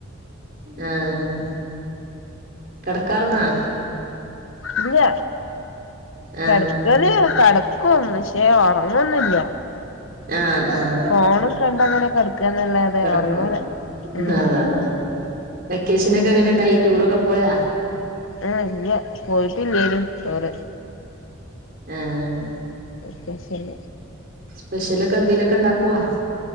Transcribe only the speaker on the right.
ആഹ് കെടക്കാർന്നാ?
ആഹ്
ആഹ്. ആഹ്
കെടക്കും
അതെ അതെ വെക്കേഷനൊക്കെ എങ്ങനെ ഉണ്ടായി ടൂറൊക്കെ പോയാ
ഏഹ്.
സ്പെഷ്യലൊക്കെ എന്തേലൊക്കെ ഇണ്ടാക്കുവാ.